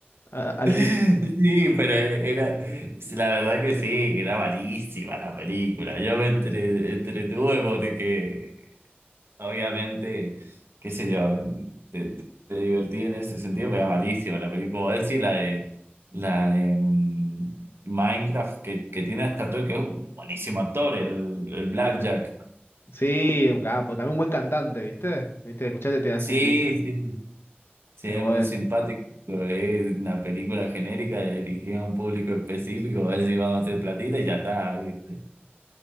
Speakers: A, on the left; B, on the right.
A: a- al
B: Sí, pero era, la verdad que sí, que era malísima la película. Yo me entre- entretuve porque, obviamente, qué sé yo. te divertí en ese sentido, pero era malísima la película. Como decir, la de, la de mm, Minecraft, que, que tiene hasta todo, que es un buenísimo actor, el, el Blackjack.
A: Sí, un capo, también un buen cantante, ¿viste? ¿Viste? Escuchaste Tenacious
B: Sí,
A: D.
B: sí, sí,
A: Sí,
B: es
A: bueno.
B: muy simpático. pero Es una película genérica dirigida a un público específico, a ver si vamos a hacer platita y ya está, ¿viste?